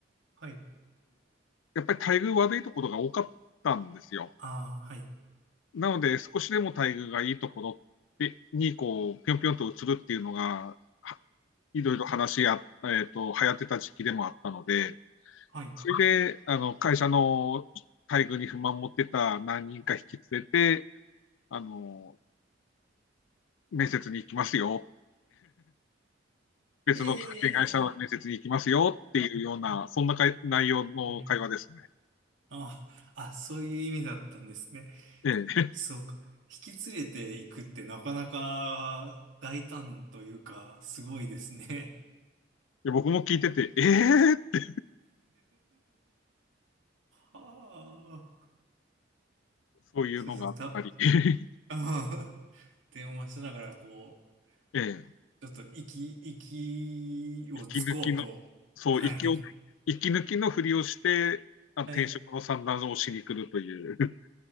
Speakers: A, on the right; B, on the left.
A: はい、
B: やっぱり待遇悪いところが多かったんですよ。
A: ああ、はい、
B: なので、少しでも待遇がいいところでに、こう、ぴょんぴょんと移るっていうのが、はいろいろ話や、えっと、流行ってた時期でもあったので、
A: はい。
B: それで、あの、会社の待遇に不満持ってた何人か引き連れて、あの、面接に行きますよ。別の派遣会社の面接に行きますよっていうような、
A: え
B: そんなかい内容の会話ですね。
A: ええー、ああ、あ、そういう意味だったんですね。
B: ええ。
A: そうか。引き連れていくってなかなか大胆というか、すごいですね。
B: で僕も聞いてて、ええ
A: はあ。
B: そういうのがあったり、
A: そうすねた、
B: <laughs>
A: <laughs> ああ電話しながら、こ
B: ええ
A: う、ちょっと息、息をつこうと。
B: 息抜きの、そう、
A: はい。
B: 息を、息抜きのふりをして、あの転職の算段をしに来るという、
A: はい。
B: <laughs>